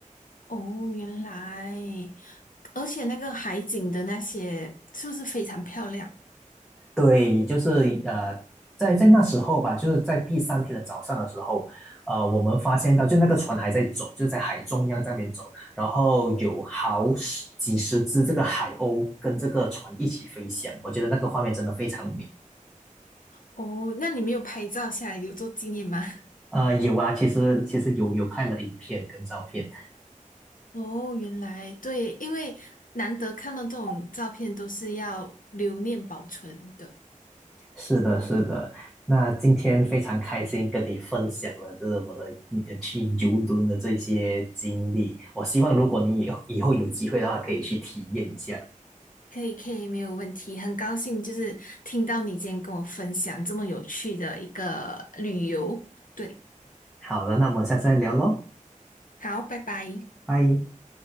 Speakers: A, on the left; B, in the centre.
A: 哦，原来，而且那个海景的那些是不是非常漂亮？
B: 对，就是呃，在在那时候吧，就是在第三天的早上的时候，呃，我们发现到就那个船还在走，就在海中央在那边走，然后有好十几十只这个海鸥跟这个船一起飞翔，我觉得那个画面真的非常美。
A: 哦，那你没有拍照下来留作纪念吗？<laughs>
B: 呃，有啊，其实其实有有拍了影片跟照片，
A: 哦，原来对，因为难得看到这种照片，都是要留念保存的。
B: 是的，是的。那今天非常开心跟你分享了，就是我的也去游轮的这些经历。我希望如果你以以后有机会的话，可以去体验一下。
A: 可以，可以，没有问题。很高兴就是听到你今天跟我分享这么有趣的一个旅游。对，
B: 好的，那我们下次再聊喽，
A: 好，拜拜。
B: 拜。